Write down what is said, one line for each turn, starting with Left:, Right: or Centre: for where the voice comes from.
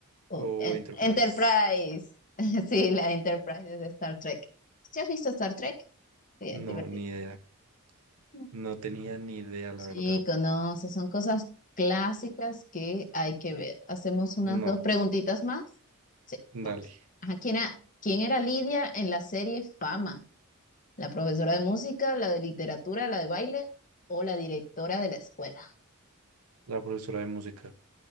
Left: oh,
Right: o
Left: en-
Right: Enterprise.
Left: Enterprise. <laughs> Sí, la Enterprise es de Star Trek. ¿Sí has visto Star Trek? Sí,
Right: No,
Left: es divertido.
Right: ni idea.
Left: Mm.
Right: No tenía No. ni idea, la
Left: Chico,
Right: verdad.
Left: no, esas son cosas clásicas que hay que ver. Hacemos unas
Right: No,
Left: dos preguntitas más. Sí,
Right: dale.
Left: vamos. Ajá, ¿quién era, quién era Lidia en la serie Fama? ¿La profesora de música, la de literatura, la de baile o la directora de la escuela?
Right: La profesora de música.